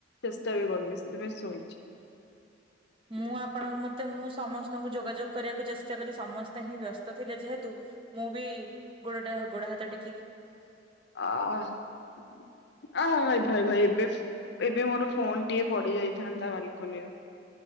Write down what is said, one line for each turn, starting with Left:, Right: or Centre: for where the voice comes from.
Left: ଚେଷ୍ଟା ବି କରୁନି ସେଥିପାଇଁ ଶୋଇଛି।
Right: ମୁଁ ଆପଣଙ୍କ ମତେ ମୁଁ ସମସ୍ତଙ୍କୁ ଯୋଗାଯୋଗ କରିବାକୁ ଚେଷ୍ଟା କଲି ସମସ୍ତେ ହିଁ ବ୍ୟସ୍ତ ଥିଲେ। ଯେହେତୁ ମୁଁ ବି ଗୋଡଟା ଗୋଡ ହାତ ଟେକି
Left: ଆହା ଆ ଭାଇ ଭାଇ ଭାଇ ଏବେ ଏବେ ମୋର ଫୋନ ଟିଏ ପଡି ଯାଇଥାନ୍ତା ବାଲକୋନି